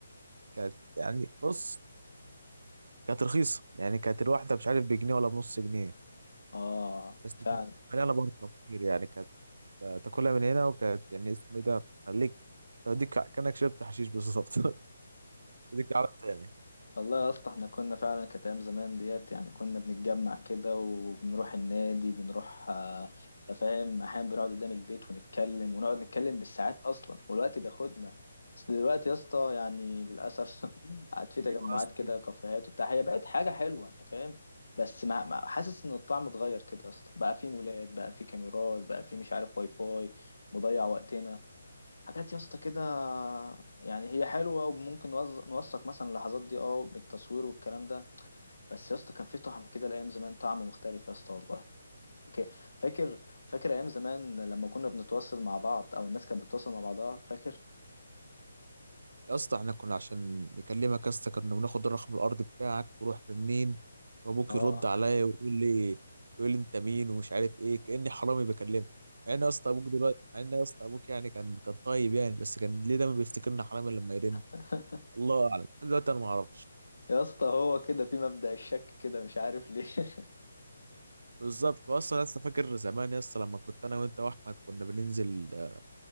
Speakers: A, on the right; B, on the left.
A: كانت يعني بص كانت رخيصه يعني كانت الواحده مش عارف بجنيه ولا بنص جنيه
B: اه
A: بس
B: فعلا
A: كانت مليانه بركه خير يعني كانت آه، تاكلها من هنا وكانت يعني اسمه ايه ده خليك توديك كانك شربت حشيش بالظبط <laughs> توديك عالم تاني
B: والله يا اسطى احنا كنا فعلا كانت ايام زمان ديت يعني كنا بنتجمع كده وبنروح النادي بنروح آه، فاهم احيانا بنقعد قدام البيت ونتكلم ونقعد نتكلم بالساعات اصلا والوقت بياخدنا بس دلوقتي يا اسطى يعني للاسف <laughs> قعد في تجمعات
A: ايوه يا اسطى
B: كده كافيهات وبتاع هي بقت حاجه حلوه انت فاهم بس مع مع- حاسس ان الطعم اتغير كده يا اسطى بقى في مولات بقى في كاميرات بقى في مش عارف واي فاي مضيع وقتنا حاجات يا اسطى كده يعني هي حلوه وممكن نوز- نوثق مثلا اللحظات دي اه بالتصوير والكلام ده بس يا اسطى كان في طعم كده الايام زمان طعم مختلف يا اسطى والله فاك- فاكر فاكر ايام زمان لما كنا بنتواصل مع بعض او الناس كانت بتتواصل مع بعضها فاكر
A: يا اسطى احنا كنا عشان نكلمك يا اسطى كنا بناخد الرقم الارضي بتاعك ورحنا منين وابوك
B: اه
A: يرد عليا ويقول لي ويقول لي انت مين ومش عارف ايه كاني حرامي بكلمه مع ان يا اسطى ابوك دلوقتي مع ان يا اسطى ابوك يعني كان كان طيب يعني بس كان ليه دايما بيفتكرنا حرامي لما يرن
B: <laughs>
A: الله اعلم لحد دلوقتي انا ما اعرفش
B: يا اسطى هو كده في مبدأ الشك كده مش عارف ليه <laughs>
A: بالظبط اصلا لسه فاكر زمان يا اسطى لما كنت انا وانت واحمد كنا بننزل آه،